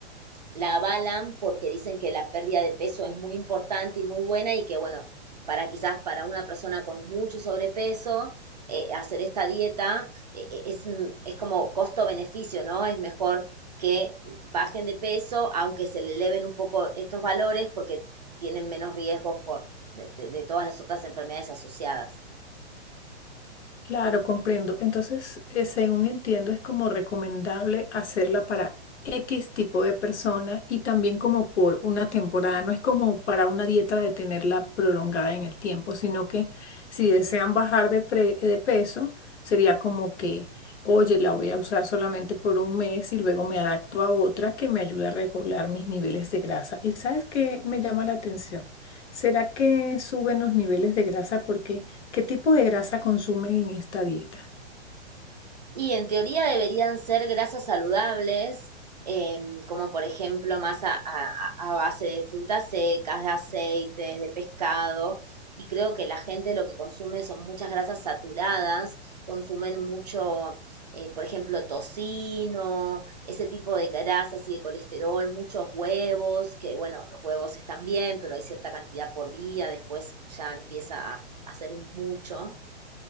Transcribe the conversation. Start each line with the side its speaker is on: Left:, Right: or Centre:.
Right: la avalan porque dicen que la pérdida de peso es muy importante y muy buena y que, bueno, para quizás para una persona con mucho sobrepeso, eh, hacer esta dieta eh, eh, es, mm, es como costo-beneficio, ¿no? Es mejor que bajen de peso, aunque se le eleven un poco estos valores porque tienen menos riesgos por, de, de, de todas las otras enfermedades asociadas.
Left: Claro, comprendo. Entonces, eh, según entiendo, es como recomendable hacerla para X tipo de persona y también como por una temporada. No es como para una dieta de tenerla prolongada en el tiempo, sino que si desean bajar de, pre- de peso, sería como que, oye, la voy a usar solamente por un mes y luego me adapto a otra que me ayude a regular mis niveles de grasa. ¿Y sabes qué me llama la atención? ¿Será que suben los niveles de grasa porque... ¿Qué tipo de grasa consumen en esta dieta?
Right: Y en teoría deberían ser grasas saludables, em, como por ejemplo masa a, a- base de frutas secas, de aceites, de pescado. Y creo que la gente lo que consume son muchas grasas saturadas, consumen mucho, eh, por ejemplo, tocino, ese tipo de grasas y de colesterol, muchos huevos, que bueno, los huevos están bien, pero hay cierta cantidad por día, después ya empieza a, hacer un mucho.